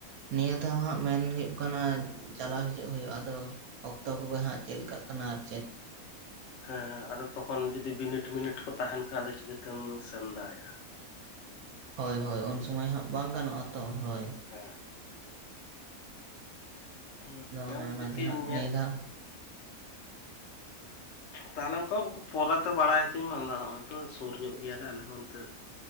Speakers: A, on the right; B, on the left.
A: ᱱᱤᱭᱟᱹ ᱫᱷᱟᱣ ᱦᱟᱸᱜ ᱢᱮᱱ ᱦᱩᱭᱩᱜᱼᱼ ᱠᱟᱱᱟ, ᱪᱟᱞᱟᱣ ᱦᱤᱡᱩᱜ ᱦᱩᱭᱩᱜᱼᱟ ᱟᱫᱚ ᱚᱠᱛᱚ ᱠᱚᱜᱮ ᱦᱟᱸᱜ ᱪᱮᱫ ᱞᱮᱠᱟᱜ ᱠᱟᱱᱟ, ᱟᱨ ᱪᱮᱫᱼᱼ
B: ᱦᱮᱸ ᱦᱮᱸ ᱟᱫᱚ ᱛᱚᱠᱷᱚᱱ ᱡᱩᱫᱤ ᱵᱤᱱᱤᱴ ᱢᱤᱱᱤᱴ ᱠᱚ ᱛᱟᱸᱦᱮᱱ ᱠᱷᱟᱱ ᱟᱫᱚ ᱪᱤᱠᱟᱹᱛᱮᱢ ᱥᱮᱱ ᱫᱟᱲᱮᱭᱟᱜᱼᱟ ᱾
A: ᱦᱳᱭ ᱦᱳᱭ ᱩᱱ ᱥᱚᱢᱚᱭ ᱦᱟᱸᱜ ᱵᱟᱝ ᱜᱟᱱᱚᱜᱼᱟ ᱛᱚ, ᱦᱳᱭᱼᱼ
B: ᱦᱮᱸ ᱦᱚᱸ ᱥᱚᱸ <unintelligible>
A: ᱚᱱᱮ
B: ᱟᱫᱚ
A: ᱚᱱᱟᱜᱮ
B: ᱫᱮᱠᱷᱤ
A: ᱦᱟᱸᱜ
B: ᱤᱧᱟᱹᱜᱼᱼ
A: ᱱᱤᱭᱟᱹ ᱫᱷᱟᱣ
B: ᱛᱟᱦᱚᱞᱮ ᱚᱱᱠᱟ ᱯᱚᱨᱮᱛᱮ ᱵᱟᱲᱟᱭ ᱦᱚᱪᱚᱧ ᱢᱮ ᱚᱱᱟ, ᱱᱚᱜ-ᱚᱭ ᱛᱚ ᱥᱩᱨ ᱧᱚᱜ ᱜᱮᱭᱟᱞᱮ ᱟᱞᱮ ᱦᱚᱸ ᱚᱱᱛᱮ ᱾